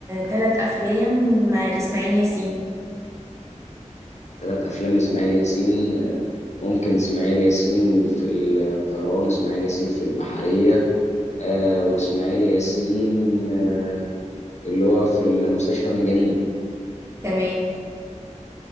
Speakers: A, on the right (about 25°); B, on the left (about 65°).
A: ثلاث أفلام لإسماعيل ياسين
B: ثلاث افلام لاسماعيل ياسين آه، ممكن اسماعيل ياسين في الطيران اسماعيل ياسين في البحرية آه واسماعيل ياسين آه اللي هو في المستشفى المجانين
A: تمام